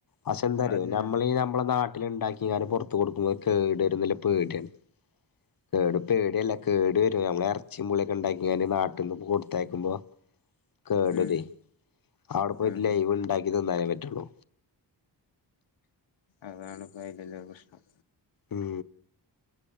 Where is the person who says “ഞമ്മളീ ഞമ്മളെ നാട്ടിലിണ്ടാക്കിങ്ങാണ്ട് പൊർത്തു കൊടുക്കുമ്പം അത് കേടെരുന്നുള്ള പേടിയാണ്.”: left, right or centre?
Left